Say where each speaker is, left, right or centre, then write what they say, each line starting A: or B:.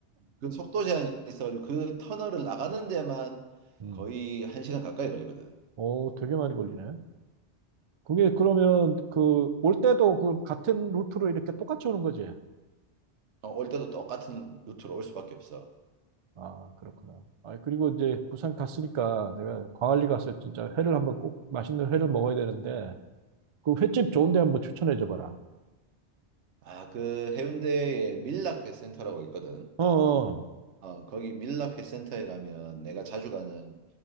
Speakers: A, on the right (about 85°); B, on the right (about 50°).
A: 그 속도 제한이 있어가지고 그 터널을 나가는 데만
B: 음.
A: 거의 한 시간 가까이 걸리거든.
B: 오, 되게 많이 걸리네. 그게 그러면 그 올 때도 그 같은 루트로 이렇게 똑같이 오는 거지? 예.
A: 어, 올 때도 똑같은 루트로 올 수밖에 없어.
B: 아, 그렇구나. 아, 그리고 이제 부산 갔으니까 내가 광안리 가서 진짜 회를 한번 꼭 맛있는 회를 먹어야 되는데 그 횟집 좋은 데 한번 추천해 줘 봐라.
A: 아, 그 해운대에 밀락회센터라고 있거든.
B: 어, 어,
A: 어, 거기 밀락회센터에 가면 내가 자주 가는